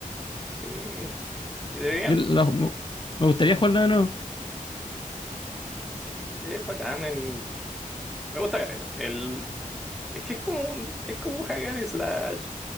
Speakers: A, in the centre; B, on the left.
A: Sí, deberían...
B: Yo la- me me gustaría jugarlo de nuevo.
A: Sí, es bacán. en- Me gusta Caleta. El, Es que es como un, es como un hack and slash,